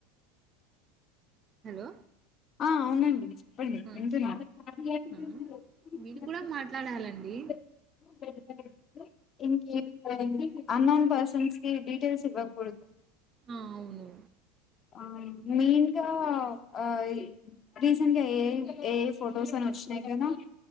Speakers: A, on the right (about 30°); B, on the left (about 40°).
A: హలో
B: ఆ అవునండి చెప్పండి
A: ఆ!
B: వింటున్నా <unintelligible>
A: ఆ! మీరు కూడా మాట్లాడాలండి.
B: ఇంకేం లేదు అన్నోన్ పర్సన్స్ కి డీటెల్స్ ఇవ్వకూడదు
A: ఆ! అవును.
B: ఆ మీన్ <unintelligible> ఆ ఏ ఏ ఏ ఫొటోస్ అని వచ్చినాయి కదా